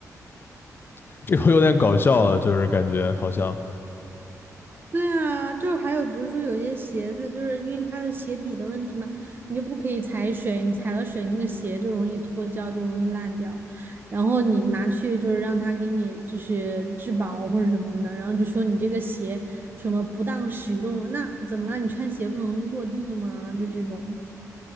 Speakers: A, on the left; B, on the right.
A: <laughs> 这个有点搞笑了，就是感觉好像，
B: 对啊，就是还有比如说有些鞋子，就是因为它的鞋底的问题嘛，你就不可以踩水，你踩了水那个鞋就容易脱胶，就容易烂掉。然后你拿去就是让他给你就是质保或者什么的，然后就说你这个鞋什么不当使用，那怎么了？你穿鞋不能落地吗？就这种。